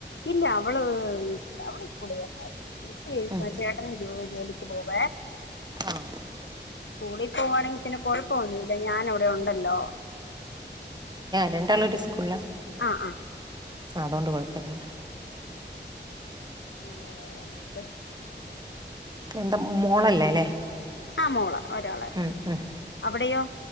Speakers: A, on the left; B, on the right.
A: ഇല്ല അവള് വീട്ടില് അവള് സ്കൂളിൽ വന്നായിരുന്നു വട്ടിക്ക
B: ഉം
A: ചോട്ടൻ ജോ ജോലിക്ക് പോവ
B: ആഹ്
A: സ്കൂളിൽ പോവവാണെങ്കിൽ പിന്നെ കൊഴപ്പ ഒൊന്നല്ല ഞാൻ അവിടെ ഒണ്ടല്ലോ
B: രണ്ടാള ഒരു സ്കൂളിലാ
A: ആ ആ
B: ആ അതുകൊണ്ട് കൊ പല്ലിയ
A: പിന്നെ വേറെന്നാണ്ട്
B: എന്താ മോളല്ലേ അല്ലേ
A: ആ മോള ഒരാള
B: ഉം ഉം
A: അവിടെയോ